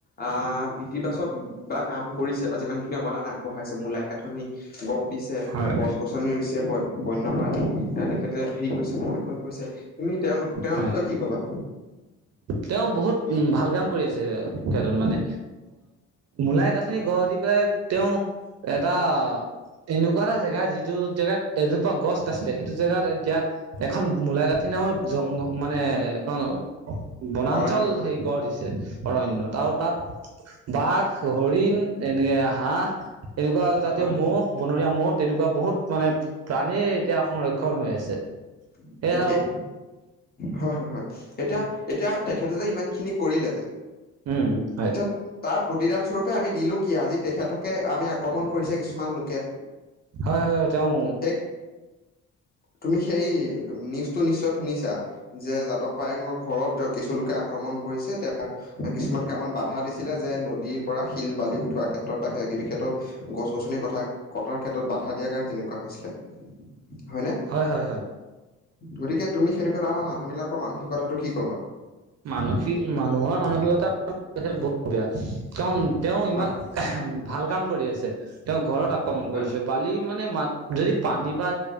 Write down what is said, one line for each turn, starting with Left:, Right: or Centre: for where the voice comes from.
Left: আ ইতিবাচক বা কাম কৰিছে বা যিমানখিনি অৱদান আগবঢ়াইছে মূলাই কাঠনি গঢ় দিছে
Right: হয়
Left: গছ গছ নি ৰুইছে ব বন্যপ্ৰাণী তেখেতে হেৰি কৰিছে সংৰক্ষণ কৰিছে তুমি তেওঁলোক তেওঁৰ
Right: হয়
Left: বিষয়ে কি ক'বা
Right: তেওঁ বহুত উ ভাল কাম কৰি আছে ক্ষেত্ৰত মানে মূলাই কাঠনি গঢ় দি পেলাই তেওঁ এটা এনেকুৱা এটা জেগা যিটো জেগাত এজোপা গছ নাছিলে সেইটো জেগাত এতিয়া এখন মূলাই কাঠনি নামৰ জংগ মানে এখন বনাঞ্চল
Left: অৰণ্য
Right: সেই গঢ় দিছে অৰণ্যত আৰু তাত বাঘ, হৰিণ, এনেকে হাঁহ এনেকুৱা জাতীয়
Left: হয়
Right: ম'হ বনৰীয়া মহ তেনেকুৱা বহুত মানে প্ৰাণীৰ এতিয়া সংৰক্ষণ হৈ আছে
Left: হয়
Right: সেয়া
Left: এতিয়া
Right: আৰু
Left: হয় হয় হয় এতিয়া এতিয়া তেখেতে যে ইমান খিনি কৰিলে যে
Right: উম হয়
Left: এতিয়া তাৰ প্ৰতিদান স্বৰূপে আমি দিলো কি আজি তেখেতকে আমি আক্ৰমণ কৰিছে কিছুমান লোকে
Right: হয় হয় তেওঁ
Left: সেই তুমি সেই নিউজ টো নিশ্চয় শুনিছা যে যাদৱ পায়েঙৰ ঘৰত কিছু লোকে আক্ৰমণ কৰিছে তে তেওঁ কিছুমান কামত বাধা দিছিলে যে নদীৰ পৰা শিল বালি উঠোৱাৰ ক্ষেত্ৰত বা কিবা কিবি ক্ষেত্ৰত গছ-গছনি কথা কটাৰ ক্ষেত্ৰত বাধা দিয়াৰ কাৰণে তেনেকুৱা হৈছিলে হয়নে
Right: হয় হয় হয়
Left: গতিকে তুমি সেইটো কথা আমাৰ মানুহবিলাকৰ মানসিকতাটো কি ক'বা
Right: মানসিক মানুহৰ মানসিকতা বহুত বেয়া কাৰণ তেওঁ ইমান
Left: হয়
Right: ভাল কাম কৰি আছে তেওঁৰ ঘৰত আক্ৰমণ
Left: হয়
Right: কৰিছে বালি মানে মাত যদি পানীপা